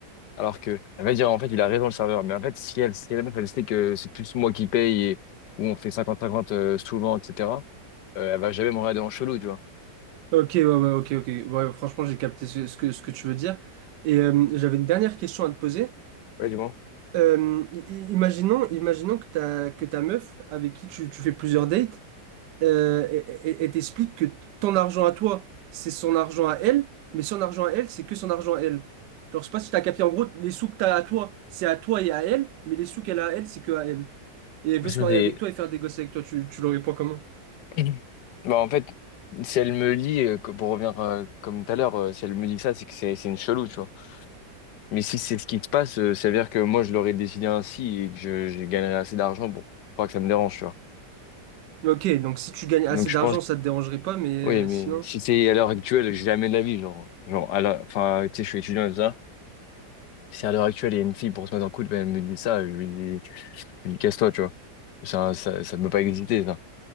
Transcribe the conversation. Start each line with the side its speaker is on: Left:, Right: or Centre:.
Left: Alors que, elle va dire, en fait, il a raison le serveur. Mais en fait, si elle, si la meuf, elle sait que c'est plus moi qui paye et où on fait cinquante 50 euh, souvent, etc., euh, elle va jamais me regarder en chelou, tu vois.
Right: Ok, ouais, ouais, ok, ok. Ouais, franchement, j'ai capté ce, ce que, ce que tu veux dire. Et euh, j'avais une dernière question à te poser.
Left: Ouais, du moins.
Right: Euh, i- i- imaginons, imaginons que ta, que ta meuf, avec qui tu, tu fais plusieurs dates, euh, et, et- et t'explique que ton argent à toi, c'est son argent à elle, mais son argent à elle, c'est que son argent à elle. Genre, je sais pas si t'as capté, en gros, les sous que t'as à toi, c'est à toi et à elle, mais les sous qu'elle a à elle, c'est que à elle. Et elle veut
Left: Ça,
Right: se marier
Left: c'est.
Right: avec toi et faire des gosses avec toi, tu, tu l'aurais pas comment?
Left: <clears throat> Bah, en fait, si elle me lit, euh, que- pour revenir euh, comme tout à l'heure, euh, si elle me dit ça, c'est que c'est c'est une chelou, tu vois. Mais si c'est ce qui se passe, euh, ça veut dire que moi, je l'aurais décidé ainsi et que je, je gagnerais assez d'argent pour pas que ça me dérange, tu vois.
Right: Ok, donc si tu gagnes assez
Left: Donc, je
Right: d'argent,
Left: pense que,
Right: ça te dérangerait pas, mais
Left: oui,
Right: euh,
Left: mais
Right: sinon.
Left: si c'est à l'heure actuelle, jamais de la vie, genre, genre, à la- enfin, tu sais, je suis étudiant et tout ça. Si à l'heure actuelle, il y a une fille pour se mettre en couple, ben elle me dit ça, je lui dis, je lui dis, casse-toi, tu vois. Ça, ça, ça peut pas exister, ça.